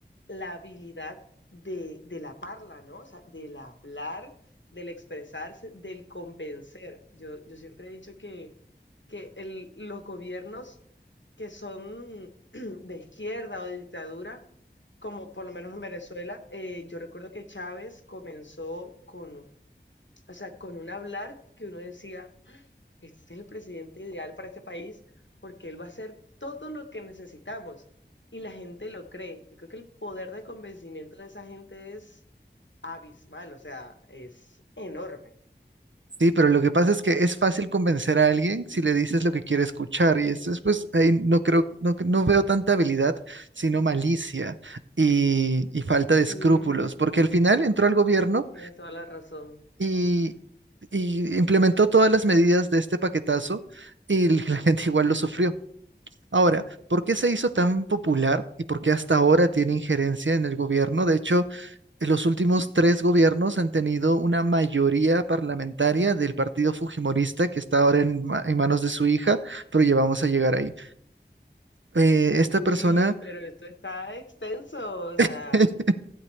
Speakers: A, on the left (about 80°); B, on the right (about 85°).
A: la habilidad de, de la parla, ¿no? O sea, del hablar, del expresarse, del convencer. Yo, yo siempre he dicho que, que el- los gobiernos que son <clears throat> de izquierda o de dictadura, como por lo menos en Venezuela, eh, yo recuerdo que Chávez comenzó con, o sea, con un hablar que uno decía este es el presidente ideal para este país porque él va a hacer todo lo que necesitamos y la gente lo cree. Yo creo que el poder de convencimiento de esa gente es abismal, o sea, es enorme.
B: Sí, pero lo que pasa es que es fácil convencer a alguien si le dices lo que quiere escuchar y esto es pues ahí no creo, no, no veo tanta habilidad, sino malicia y, y falta de escrúpulos,
A: Mm,
B: porque al final entró al gobierno
A: tienes toda la razón.
B: y, y implementó todas las medidas de este paquetazo y <laughs> la gente igual lo sufrió. Ahora, ¿por qué se hizo tan popular y por qué hasta ahora tiene injerencia en el gobierno? De hecho, en los últimos tres gobiernos han tenido una mayoría parlamentaria del partido fujimorista que está ahora en, ma- en manos de su hija, pero ya vamos a llegar ahí. Eh, esta
A: Uy,
B: persona,
A: pero esto está extenso, o sea,
B: <laughs>